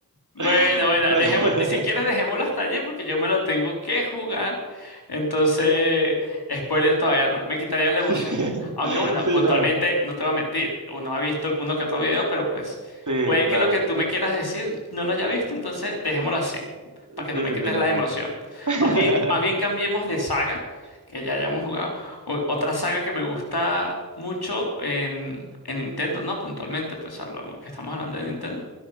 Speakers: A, on the left; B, on the right.
A: Bueno,
B: <laughs>
A: bueno,
B: Pero-
A: dejemos, si quieres dejémoslo hasta allí porque yo me lo tengo que jugar. Entonces, spoiler todavía no, me quitaría la
B: <laughs>
A: emoción.
B: sí,
A: Aunque bueno,
B: sí,
A: puntualmente
B: no.
A: no te voy a mentir, uno ha visto uno que otro video, pero pues
B: Sí,
A: puede
B: claro.
A: que lo que tú me quieras decir no lo haya visto, entonces dejémoslo así,
B: Sí,
A: para que no me
B: sí,
A: quites
B: sí, mejor.
A: la emoción.
B: <laughs>
A: Más bien, más bien cambiemos de saga, que ya hayamos jugado. O- otra saga que me gusta mucho en, en Nintendo, ¿no? Puntualmente, pues hablamos que estamos hablando de Nintendo